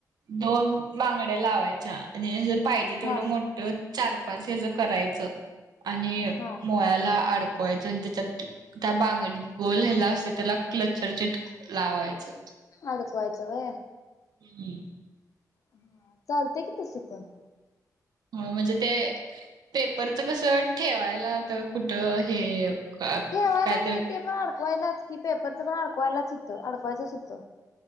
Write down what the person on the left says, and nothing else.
हा
हा
अडकवायचं व्हय.
हा चालतय कि तसं पण.
ठेवायला नाही, ते पण अडकवायलाच की, पेपरच पण अडकवायलाच हुतं, अडकवायचंच हूतं.